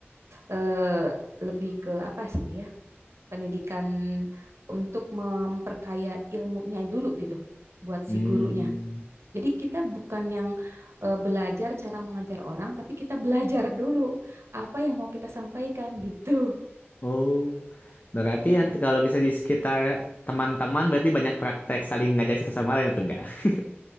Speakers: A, on the right; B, on the left.
A: eh, lebih ke apa saya? Pendidikan untuk memperkaya ilmunya dulu gitu buat
B: Hmm.
A: si gurunya. Jadi kita bukan yang eh, belajar cara mengajar orang, tapi kita belajar dulu apa yang mau kita sampaikan gitu.
B: Oh, berarti
A: Mm-mm.
B: yang kalau bisa di sekitar teman-teman berarti banyak praktek saling ngajak satu sama lain atau enggak? <laughs>